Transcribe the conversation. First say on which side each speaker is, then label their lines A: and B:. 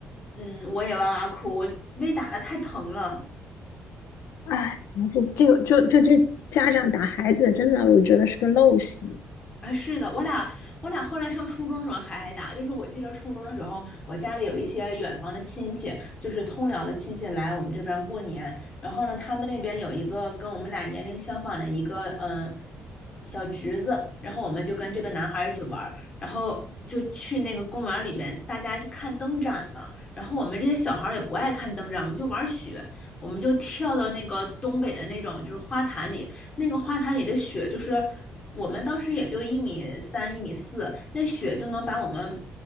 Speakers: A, on the left; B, on the left.
A: 嗯，我也哇哇哭，我被打的太疼了。
B: 哎，这这个就就这家长打孩子，真的我觉得是个陋习。
A: 啊，是的，我俩我俩后来上初中的时候还挨打，就是我记得初中的时候，我家里有一些远房的亲戚，就是通辽的亲戚来我们这边过年，然后呢，他们那边有一个跟我们俩年龄相仿的一个嗯小侄子，然后我们就跟这个男孩儿一起玩儿，然后就去那个公园里面，大家去看灯展嘛，然后我们这些小孩儿也不爱看灯展，我们就玩雪，我们就跳到那个东北的那种就是花坛里，那个花坛里的雪，就是我们当时也就一米三、一米四，那雪都能把我们，